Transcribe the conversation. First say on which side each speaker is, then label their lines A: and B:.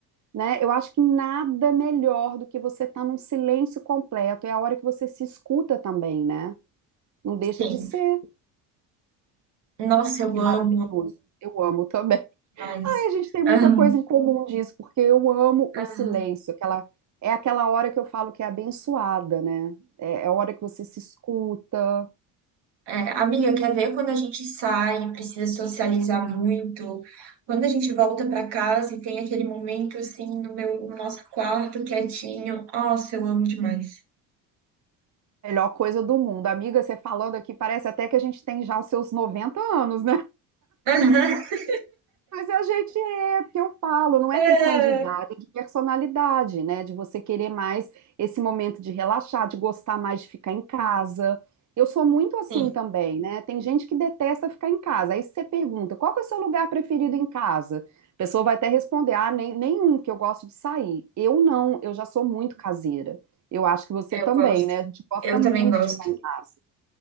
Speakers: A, on the right; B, on the right.
A: né? Eu acho que nada melhor do que você estar num silêncio completo. É a hora que você se escuta também, né? Não deixa
B: Sim.
A: de ser.
B: Nossa, eu
A: É
B: amo
A: maravilhoso. Eu amo também. <laughs>
B: mais.
A: Aí a gente tem muita
B: Aham,
A: coisa em comum disso, porque eu amo o
B: aham.
A: silêncio. Aquela, é aquela hora que eu falo que é abençoada, né? É é a hora que você se escuta.
B: É, amiga, quer ver quando a gente sai, e precisa socializar muito? Quando a gente volta para casa e tem aquele momento assim no meu, no nosso quarto quietinho. Nossa, eu amo demais.
A: Melhor coisa do mundo. Amiga, você falando aqui, parece até que a gente tem já os seus 90 anos, né?
B: <laughs>
A: Mas a gente é, porque eu falo, não
B: É,
A: é questão de idade, é de personalidade, né? De você querer mais esse momento de relaxar, de gostar mais de ficar em casa. Eu sou muito assim
B: Sim,
A: também, né? Tem gente que detesta ficar em casa. Aí você pergunta, qual que é o seu lugar preferido em casa? A pessoa vai até responder, ah, nem, nenhum, que eu gosto de sair. Eu não, eu já sou muito caseira. Eu acho que você
B: eu
A: também,
B: gosto.
A: né? A gente gosta
B: Eu
A: muito
B: também gosto.
A: de ficar em casa.